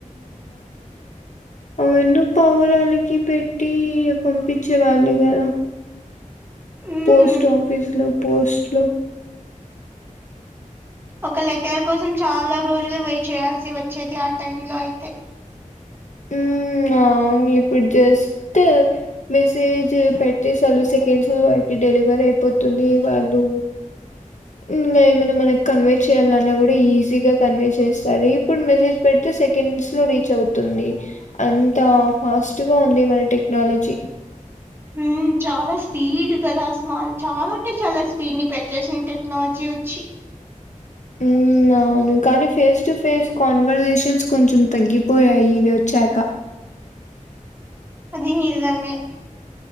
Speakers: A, on the left; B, on the right.
A: వున్న పావురాలకి పెట్టి పంపించే వాళ్ళు కదా
B: మ్మ్
A: పోస్ట్ ఆఫీసులో పోస్ట్లు
B: ఒక లెటర్ కోసం చాలా రోజులు వెయిట్ చేయాల్సి వచ్చేది ఆ టైమ్లో అయితే
A: ఉమ్ అవును ఇప్పుడు జస్ట్ మెసేజ్ పెట్టెసలు సెకండ్స్ లోటి డెలివర్ అయిపోతుంది వాళ్ళు ఇంగా ఏమనా మనకి కన్వే చేయాలన్నా కూడా ఈజీగా కన్వే చేస్తాది ఇప్పుడు మెసేజ్ పెడితే సెకండ్స్ లో రీచ్ అవుతుంది అంత ఫాస్ట్గా ఉంది మన టెక్నాలజీ
B: ఉ చాలా స్పీడ్ కదా అసలా చాలా అంటే చాలా స్పీడ్ ని పెంచేసింది టెక్నాలజీ వచ్చి
A: ఉమ్ అవును కానీ ఫేస్ టు ఫేస్ కాన్వర్సేషన్స్ కొంచెం తగ్గిపోయాయి ఇవి వచ్చాక
B: అది నీరుదామే